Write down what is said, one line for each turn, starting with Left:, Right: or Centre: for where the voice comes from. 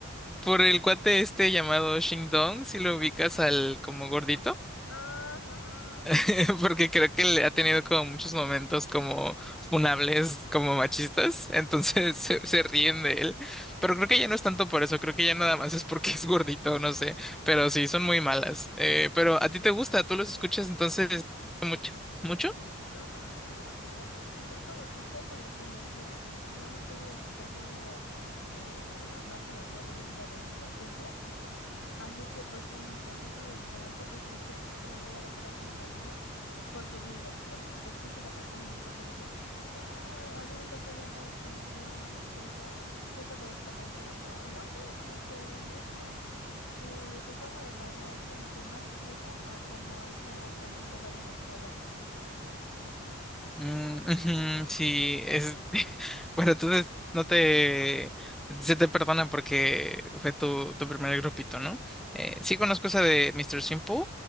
Centre: por el cuate este llamado Shing Dong, si lo ubicas al como gordito.
Left: Ah, Ajá,
Centre: <laughs> porque creo que le ha tenido como muchos momentos como funables, como machistas, <laughs> entonces se, se ríen de él, pero creo que ya no es tanto por eso, creo que ya nada más es porque es gordito, no sé, pero sí, son muy malas, Eh, pero a ti te gusta, tú los escuchas entonces mucho, mucho.
Left: ajá, digamos que fue con mi grupo de equipo con el que inicié, digamos que una de sus canciones que más conocidas de ellos es la de Mr. Simple. Así que pues son- también es una de mis favoritas y sé que siempre voy a decorar con cariño porque digo, pues escucho esa canción y es así de que, wow, a mí me empezó a llamar la atención el K-pop justo por esta canción, o sea, no sé, como que el ritmo y su forma de bailar es como que más tiesa a como ahorita actualmente bailan los coreanos.
Centre: Mm, ujú, sí, es <laughs> bueno, entonces no te se te perdona porque fue tu, tu primer grupito, ¿no? Eh, sí conozco esa de Mister Simple.